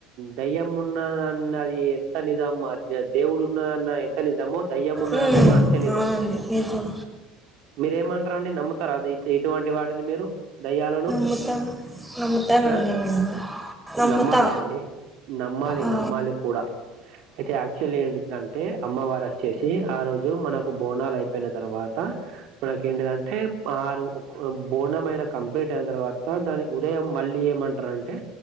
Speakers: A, on the right; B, in the centre.
A: దయ్యం ఉన్నది అది ఎంత నిజం అ దే దేవుడు ఉన్నది అన్నది ఎంత నిజమో దయ్యము ఉన్నది
B: ఉమ్,
A: అన్నది కూడా అంతే నిజం
B: అవునండి నిజం
A: మీరేమంటారండి నమ్ముతారా అది ఇటువంటి వాటిని మీరు దయ్యాలను
B: ముత నమ్ముతాను నండి
A: ఆ
B: నేను నమ్ముతా
A: నమ్మాలి అండి నమ్మాలి
B: ఆ,
A: నమ్మాలి కూడా అయితే యాక్చువల్ ఏంటిదంటే అమ్మవారు వచ్చేసి ఆ రోజు మనకు బోనాలు అయిపోయిన తర్వాత మనకి ఏంటదంటే ఆరు బోనం అయినా కంప్లీట్ అయిన తర్వాత దాని ఉదయం మళ్ళీ ఏమంట రా అంటే